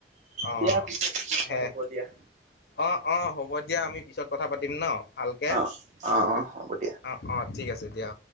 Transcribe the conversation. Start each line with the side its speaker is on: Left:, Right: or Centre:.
Left: অ
Right: দিয়া পিছে কি কথা
Left: হে
Right: হব দিয়া।
Left: অ', অ' হ'ব দিয়া আমি পিছত কথা পাতিম ন ভালকে
Right: অ অ অ হ'ব দিয়া
Left: অ' অ'। ঠিক আছে দিয়া।